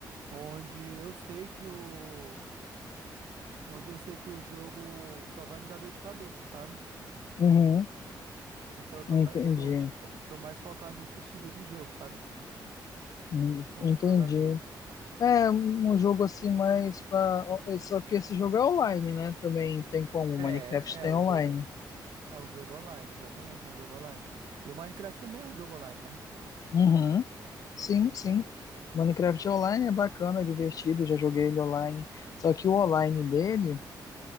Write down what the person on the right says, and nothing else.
onde eu sei que o. Onde eu sei que o jogo só vai me dar dor de cabeça, sabe?
Então eu tô,
ma- eu tô, tipo, tô mais focado nesse estilo de jogo, sabe?
Com,
com meus amigos.
É,
é o
jogo. É um jogo online, exatamente, é um jogo online. E o Minecraft também é um jogo online, né?